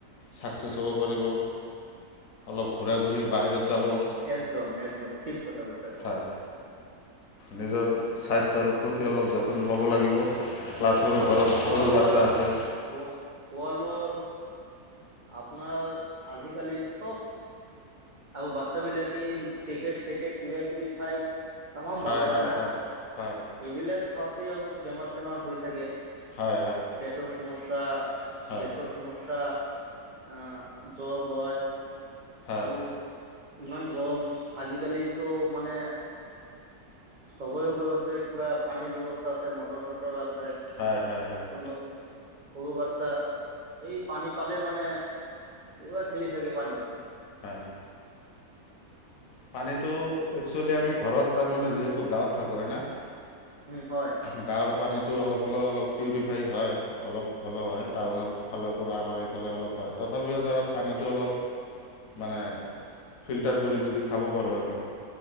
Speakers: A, on the left (about 65°); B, on the right (about 85°).
A: ছাকচেছ হ'ব পাৰিব অলপ ঘূৰা
B: হয়
A: ঘূৰি বাহিৰত যাব
B: একদম একদম ঠিক কথা কৈছে আপোনাৰ
A: হয় নিজৰ স্বাস্থ্যৰ প্ৰতি অলপ যতন ল'ব লাগিব ক্লাছৰো
B: চাওক
A: ঘৰত
B: খোৱা
A: সৰু
B: লোৱা
A: বাচ্ছা আছে
B: খোৱা খোৱা লোৱাও আপোনাৰ আজিকালি চব আৰু বাচ্ছা বিলাকে এই পেকেট চেকেট কিবা কিবি খাই তামাম
A: হয়
B: ভাল পাই
A: হয়
B: না
A: হয় হয়
B: এইবিলাক খাওঁতে আৰু বেমাৰ চেমাৰ হৈ থাকে
A: হয় হয়
B: পেটৰ সমস্যা
A: হয়
B: গেছৰ সমস্যা অ' জ্বৰ হয়
A: হয়
B: আৰু ইমান গৰম আজিকালিতো মানে চবৰে ঘৰতে কিবা পানীৰ ব্যৱস্থা আছে মটৰ চটৰ আছে। আৰু
A: হয় হয় হয়
B: সৰু বাচ্ছা এই পানী পালে মানে একেবাৰে খেলি থাকে পানীত।
A: হয়। পানীটো একচুৱেলি আমি ঘৰত তাৰমানে যিহেতু গাঁৱত থাকো হয় না
B: উম হয়।
A: গাঁৱৰ পানীতো অলপ হ'লেও অলপ পিউৰিফাই হয়। অলপ হ'লেও হয় টাউনৰ ফালৰ পৰা আমাৰ এইফালে অলপ হয় তথাপিও ধৰক পানীতো অলপ মানে ফিল্টাৰ কৰি যদি খাব পাৰো আমি